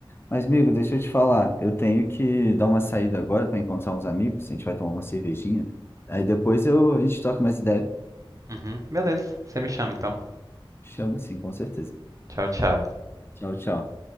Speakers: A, on the left; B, on the right.
A: Mas, amigo, deixa eu te falar. Eu tenho que dar uma saída agora para encontrar uns amigos. A gente vai tomar uma cervejinha. Aí depois eu, a gente toca mais ideia.
B: Uhum. Beleza, você me chama então.
A: Chama sim, com certeza.
B: Tchau, tchau.
A: Tchau, tchau.